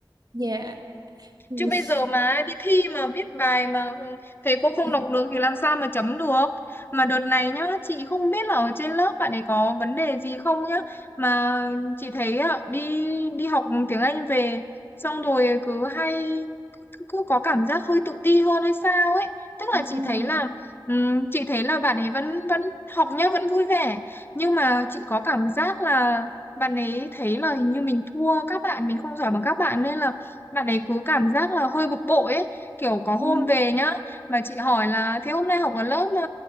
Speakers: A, on the right; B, on the left.
A: dạ À.
B: chứ bây giờ mà đi thi mà viết bài mà thầy cô không
A: Ừ,
B: đọc được thì làm sao mà chấm được mà đợt này nhá chị không biết là ở trên lớp bạn ấy có vấn đề gì không nhá mà chị thấy ạ, đi đi học tiếng Anh về xong rồi cứ hay cứ, cứ có cảm giác hơi tự ti hơn hay sao ấy tức
A: Ờ.
B: là chị thấy là ừm, chị thấy là bạn ấy vẫn vẫn học nhá vẫn vui vẻ nhưng mà chị có cảm giác là bạn ấy thấy là hình như mình thua các bạn mình không giỏi bằng các bạn nên là bạn ấy cứ cảm giác là hơi bực bội ấy kiểu có hôm
A: Ừ.
B: về nhá mà chị hỏi là thế hôm nay học ở lớp mà